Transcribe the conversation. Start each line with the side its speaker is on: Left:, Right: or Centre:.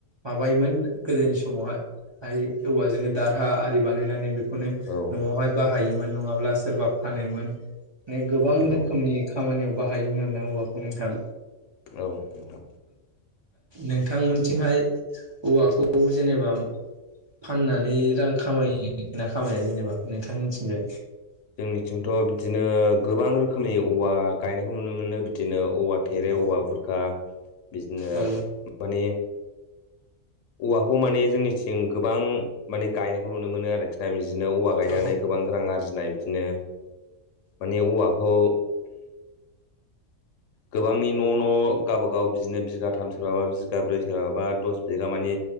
Right: माबायोमोन गोदोनि समावहाय हाय औवाजोंनो दारहा आरि बानायनानै बे खौनो
Left: औ
Right: न'आवहाय बाहायोमोन नङाब्ला सोरबा फानोमोन गोबां
Left: औ
Right: रोखोमनि खामानियाव बाहायोमोन आरोना औवाखौ नोंथां
Left: औ नों
Right: नोंथांमोनथिंहाय औवाखौ जेनेबा फाननानै रां खामायगोन ना खामायो
Left: जोंनिथिंथ' बिदिनो गोबां रोखोमनि औवा गायनायखौ नुनो मोनो बिदिनो औवा थेरे
Right: औ
Left: औवा बुरखा बिदिनो
Right: औ
Left: मानि औवाखौ माने जोंनिथिं गोबां इदिनो औवा गायनानै
Right: औ
Left: गोबां रां आरजिनाय बिदिनो माने औवाखौ गोबांनि न' न' गावबागाव बिदिनो बिगाथाम सोरबाबा बिगाब्रै सोरबाबा दस बिगा मानि